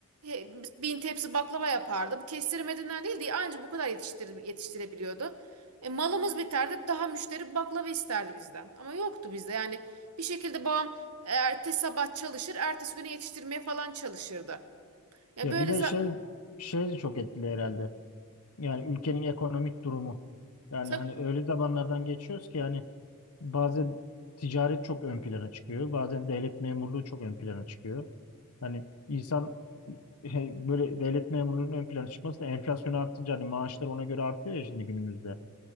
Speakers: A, on the right (about 75°); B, on the left (about 75°).
A: e, bin tepsi baklava yapardı. Bu kestiremediğinden değil diye anca bu kadar yetiştir, yetiştirebiliyordu. E, malımız biterdi daha müşteri baklava isterdi bizden ama yoktu bizde yani bir şekilde babam ertesi sabah çalışır ertesi güne yetiştirmeye falan çalışırdı. Ya
B: Ya
A: böyle
B: bir de
A: za-
B: şey şey de çok etkili herhalde. Yani ülkenin ekonomik durumu. Yani
A: Tab
B: hani öyle zamanlardan geçiyoruz ki yani bazen ticaret çok ön plana çıkıyor. Bazen devlet memurluğu çok ön plana çıkıyor. Hani insan <laughs> he- böyle devlet memurluğunun ön plana çıkması da enflasyon artınca hani maaşlar ona göre artıyor ya şimdi günümüzde.